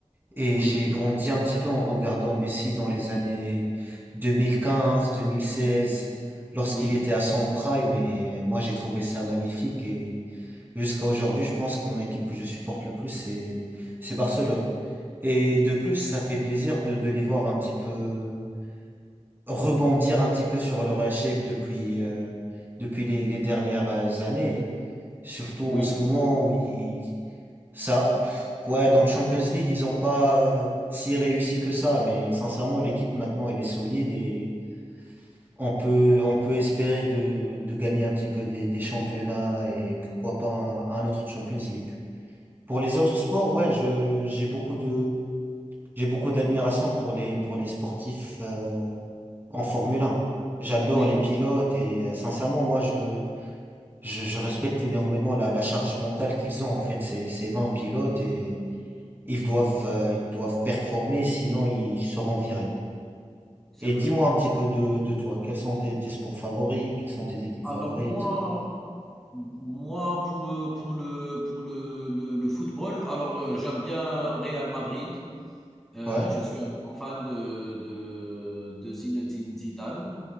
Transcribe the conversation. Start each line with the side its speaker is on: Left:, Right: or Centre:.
Right: et
Centre: oui,
Right: j'ai grandi un petit peu en regardant Messi dans les années deux deux mille quinze deux mille seize lorsqu'il
Centre: oui,
Right: était à son prime. Et moi, j'ai trouvé ça magnifique. Et jusqu'à aujourd'hui, je pense que mon équipe que je supporte le plus, c'est, c'est Barcelone. Et de plus, ça fait plaisir de, de les voir un petit peu rebondir un petit peu sur leur échec depuis, euh, depuis les, les dernières euh, années. Surtout
Centre: oui,
Right: en ce moment où ils, ça, pff, quoi, dans le Champions League, ils n'ont pas euh, si réussi que ça. Mais sincèrement, l'équipe maintenant, elle est solide et on peut, on peut espérer de, de gagner un petit peu des, des championnats et pourquoi pas un, un autre Champions League. Pour les autres sports, ouais, je, j'ai beaucoup de, j'ai beaucoup d'admiration pour les, pour les sportifs. euh, en Formule un, J'adore
Centre: oui,
Right: les pilotes et euh, sincèrement, moi, je, je, je respecte énormément la, la charge mentale qu'ils ont. En fait, ces, ces 20 pilotes et ils doivent, euh, ils doivent performer, sinon ils seront virés.
Centre: c'est
Right: Et
Centre: vrai.
Right: dis-moi un petit peu de, de toi. Quels sont tes, tes sports favoris? Quelles sont tes équipes
Centre: Alors
Right: favorites?
Centre: moi, moi pour, euh, pour le, pour le, le, le football, alors euh, j'aime bien Real Madrid. Heu,
Right: Ouais,
Centre: je suis un grand fan de de de Zinedine Zidane